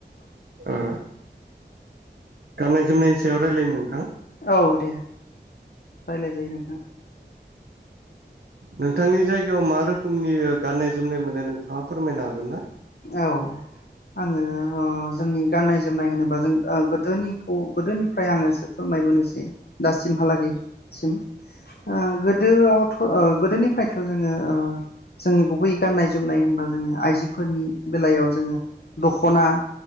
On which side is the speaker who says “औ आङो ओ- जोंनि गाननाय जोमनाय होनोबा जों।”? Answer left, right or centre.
Left